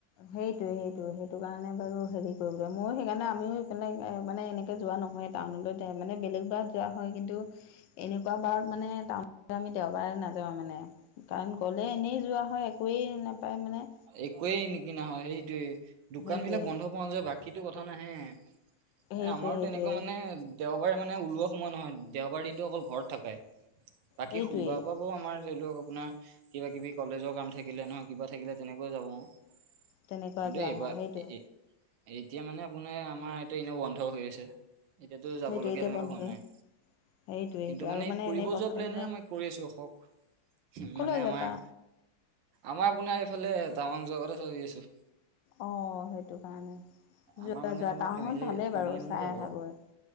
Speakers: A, on the left; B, on the right.
A: সেইটোয়ে সেইটো সেইটো কাৰণে, বাৰু হেৰি কৰিব ময়ো সেইকাৰণে আমিও এপিনে মানে এনে কে যোৱা নহয়, টাউনলৈ যায় মানে বেলেগ ব যোৱা হয়, কিন্তু এনেকুৱা বাৰত মানে টাউন আমি দেওবাৰে নাযাওঁ মানে। কাৰণ গ'লে এনেই যোৱা হয়, একোৱেই নাপায় মানে।
B: একোৱেই নিকিনা হয়, সেইটো দোকান
A: সেইটোৱে
B: বিলাক বন্ধ পোৱা নাযায় বাকীতো কথা নাহে। এ
A: সেইটোৱে
B: আমাৰো
A: সেইটোৱে
B: তেনেকৈ মানে দেওবাৰে মানে ওলোৱা সময় নহয়, দেওবাৰ দিনটো অকল ঘৰত থাকেই বাকী
A: সেইটোৱেই
B: সোমবাৰৰ পৰা আমাৰ ধৰি লওক আপোনাৰ কিবা কিবি কলেজৰ কাম থাকিলে নহয় কিবা থাকিলে তেনেকৈ যাওঁ আৰু।
A: তেনেকুৱা
B: কিন্তু
A: যোৱা
B: এইবাৰ
A: হয় সেইটোৱে
B: এ-এতিয়া মানে আপোনাৰ আমাৰ এতিয়া এনেও বন্ধ হৈ আছে। এতিয়াতো
A: সেইটোৱে
B: যাবলগীয়া
A: এতিয়া
B: তেনেকুৱা
A: বন্ধই
B: হোৱা নাই
A: সেইটোৱে
B: কিন্তু
A: সেইটোৱে
B: মানে
A: আৰু
B: এই ফুৰিব
A: এনেই বন্ধ
B: যোৱা প্লেইনে
A: থাকিলে
B: আমি কৰি আছো ৰখক
A: কলৈ
B: মানে আমাৰ
A: যাবা
B: আমাৰ আপোনাৰ এইফালে টাৱাং যোৱা কথা ভাবি আছো
A: অ সেইটো কাৰণে
B: আমাৰ
A: যোৱা
B: মানে
A: যোৱা
B: তোমাৰ
A: টাৱাংত
B: ফেমিলি
A: ভালেই
B: ফেমিলি
A: বাৰু
B: মানুহ
A: চাই
B: যাব
A: আহাগৈ
B: অ